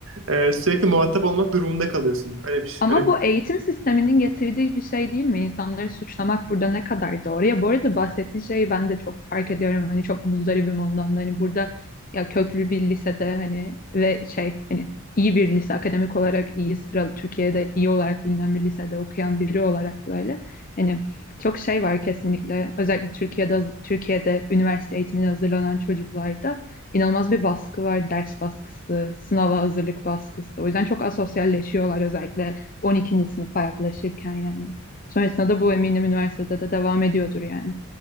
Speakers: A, on the right; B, on the left.
A: Ee, sürekli muhatap olmak durumunda kalıyorsun. Öyle bir,
B: Ama bu eğitim sisteminin getirdiği bir şey değil mi? İnsanları suçlamak burada ne kadar doğru? Ya bu arada bahsettiğin şeyi ben de çok fark ediyorum. Hani çok muzdaribim ondan da. Hani burada ya köklü bir lisede hani ve şey hani iyi bir lise akademik olarak iyi sıralı Türkiye'de iyi olarak bilinen bir lisede okuyan biri olarak böyle hani çok şey var kesinlikle özellikle Türkiye'de Türkiye'de üniversite eğitimine hazırlanan çocuklarda inanılmaz bir baskı var ders baskısı sınava hazırlık baskısı o yüzden çok asosyalleşiyorlar özellikle 12. sınıfa yaklaşırken yani. Sonrasında da bu eminim üniversitede de devam ediyordur yani.